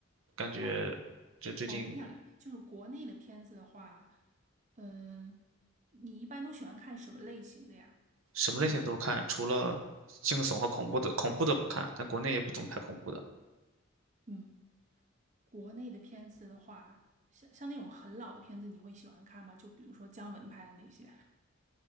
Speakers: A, on the right; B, on the right.
A: 感觉这最近
B: 哦哦，你想就是国内的片子的话，嗯、你一般都喜欢看什么类型的呀？
A: 什么类型都看，
B: 就是
A: 除了惊悚和恐怖的，恐怖的不看，但国内也不怎么拍恐怖的。
B: 嗯。国内的片子的话，像像那种很老的片子，你会喜欢看吗？就比如说姜文拍的那些。